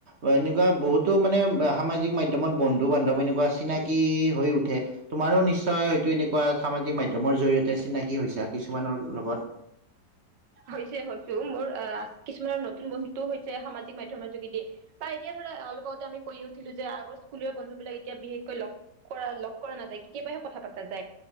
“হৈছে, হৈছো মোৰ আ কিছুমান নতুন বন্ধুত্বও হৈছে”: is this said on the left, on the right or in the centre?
Right